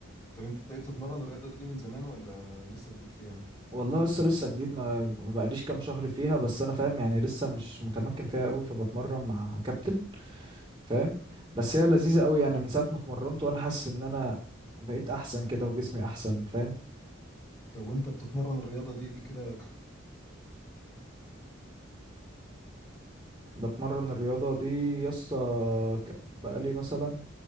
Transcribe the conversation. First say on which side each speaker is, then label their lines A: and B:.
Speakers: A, on the left; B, on the right.
A: طب انت ايه بتتمرن الرياضه دي من زمان ولا لسه جديد فيها
B: والله لسه لسه جديد ما ما بقاليش كام شهر فيها بس انا فاهم يعني لسه مش متمكن فيها قوي فبتمرن مع كابتن فاهم بس هي لذيذة قوي يعني من ساعة ما اتمرنت وانا حاسس ان انا بقيت احسن كده وجسمي احسن فاهم
A: طب وانت بتتمرن الرياضه دي كده ك-
B: بتمرن الرياضة دي يسطا ك- بقالي مثلا